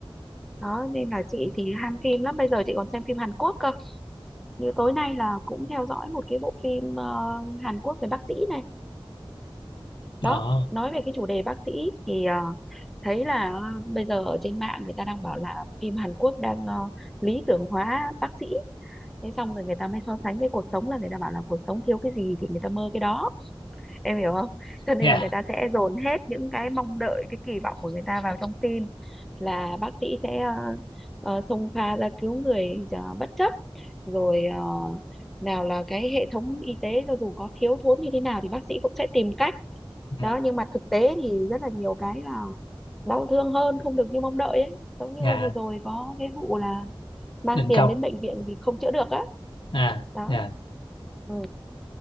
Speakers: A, in the centre; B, on the left.
A: đó nên là chị thì ham phim lắm bây giờ chị còn xem phim Hàn Quốc cơ như tối nay là cũng theo dõi một cái bộ phim ờ, Hàn Quốc về bác sĩ này đó
B: ờ
A: nói về cái chủ đề bác sĩ thì ờ, thấy là ờ, bây giờ ở trên mạng người ta đang bảo là phim Hàn Quốc đang ờ, lý tưởng hóa bác sĩ thế xong rồi người ta mới so sánh với cuộc sống là người ta bảo là cuộc sống thiếu cái gì thì người ta mơ cái đó em hiểu không cho nên
B: dạ
A: là người ta sẽ dồn hết những cái mong đợi cái kỳ vọng của người ta vào trong phim là bác sĩ sẽ ờ, ờ, xông pha ra cứu người ờ, bất chấp rồi ờ, nào là cái hệ thống y tế cho dù có thiếu thốn như thế nào thì bác sĩ cũng sẽ tìm cách
B: dạ
A: đó nhưng mà thực tế thì rất là nhiều cái là đau thương hơn không được như mong đợi ấy giống như
B: dạ
A: hôm vừa rồi có cái vụ là mang
B: đình
A: tiền
B: công
A: đến bệnh viện vì không chữa được á
B: à
A: đó
B: dạ
A: ừ.